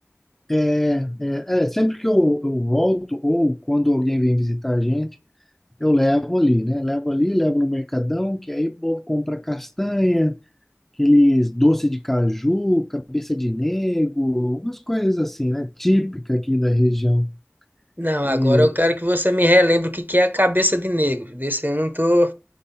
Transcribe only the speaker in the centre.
é, é, é, sempre que eu, eu volto ou quando alguém vem visitar a gente, eu levo ali, né? Levo ali, levo no mercadão, que aí o povo compra castanha, aqueles doce de caju, cabeça de nego, umas coisas assim, né? Típica aqui da região.
É,